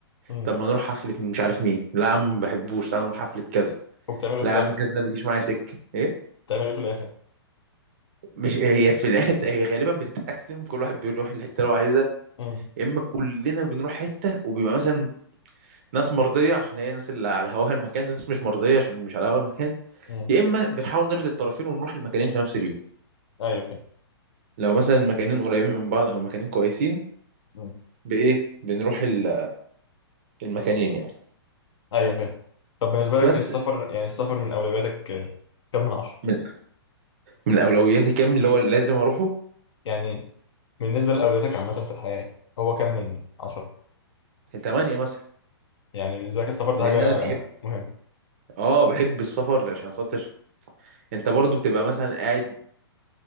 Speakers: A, on the left; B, on the right.
A: مم.
B: طب ما نروح حفله مش عارف مين لا يا عم ما بحبوش تعالى نروح حفله كذا
A: وبتعمله
B: لا
A: في الاخر
B: يا عم كذا ده ما بيجيش معايا سكه ايه
A: بتعمله في الاخر
B: مش هي في الاخر هي غالبا بتتقسم كل واحد بيروح الحته اللي هو عايزها
A: مم.
B: يا اما كلنا بنروح حته وبيبقى مثلا ناس مرضيه عشان هي ناس اللي على هواها المكان ناس مش مرضيه عشان مش على هواها المكان
A: مم.
B: يا اما بنحاول نرضي الطرفين ونروح المكانين في نفس اليوم
A: ايوه
B: لو مثلا المكانين قريبين من بعض او مكانين كويسين
A: فاهم
B: بايه بنروح ال- المكانين يعني
A: ايوه فاهم طب بالنسبه
B: بس
A: لك السفر يعني السفر من اولوياتك آه، كم من عشرة
B: من من اولوياتي كام اللي هو لازم اروحه
A: يعني بالنسبه لاولوياتك عامه في الحياه هو كم من عشرة
B: 8 مثلا
A: يعني بالنسبه لك السفر ده
B: لان
A: حاجه
B: انا بحب
A: مهمه
B: اه بحب السفر عشان خاطر انت برضو بتبقى مثلا قاعد